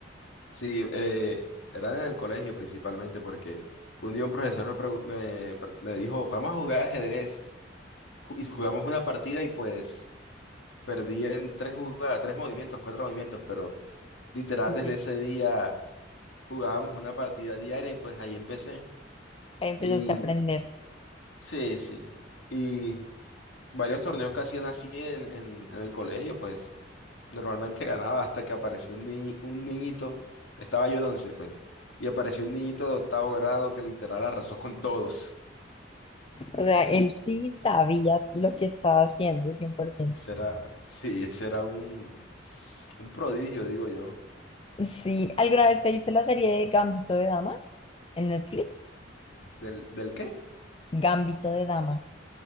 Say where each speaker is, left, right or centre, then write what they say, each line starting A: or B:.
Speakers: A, on the left; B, on the left.
A: Sí, eh, era en el colegio principalmente porque un día un profesor me, pregu- me, pre- me dijo, vamos a jugar ajedrez. Ju- Y jugamos una partida y pues perdí en tres jugadas, tres movimientos, cuatro movimientos, pero literal desde
B: Sí,
A: ese día jugábamos una partida diaria y pues ahí empecé.
B: ahí empezaste
A: Y
B: a aprender.
A: sí, sí. y varios torneos que hacían así en, en, en el colegio, pues normalmente <laughs> ganaba hasta que apareció un, niñi- un niñito, estaba yo en once, pues, y apareció un niñito de octavo grado que literal arrasó con todos.
B: O sea, él sí sabía lo que estaba haciendo, 100%.
A: Será, sí, ese era un, un prodigio, digo yo.
B: Sí, ¿alguna vez te viste la serie de Gambito de Dama en Netflix?
A: ¿Del, del qué?
B: Gambito de Dama.